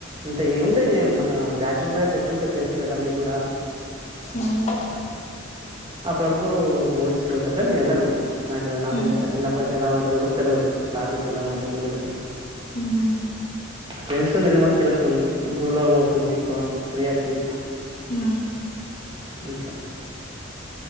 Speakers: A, on the right (about 25°); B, on the left (about 35°).
A: అంటే ఏముంటాయి. మన బ్యాచురల్ లైఫ్ ఎట్లుంటాది. తెలుసు కదా మీకు కూడా
B: ఉమ్
A: అప్పుడప్పుడు మూవీస్ కు ఏళ్తారు గాని నేను ఏళ్ళాను నాకు నాట్
B: ఉమ్
A: ఇంట్రస్ట్ వచ్చింది. అప్పటి నుంచి ఎలా ఉం న్నది కూడా తెలువాది. టాకీస్ ఎలా ఉంటాది కూడా తెల్వది
B: ఉమ్
A: ఫ్రెండ్స్ తో నీ తిరగం అన్ తాం గుళ్లాకు పోతాం ఎక్కువ ప్రియాటిటీ
B: హ
A: ఇంకా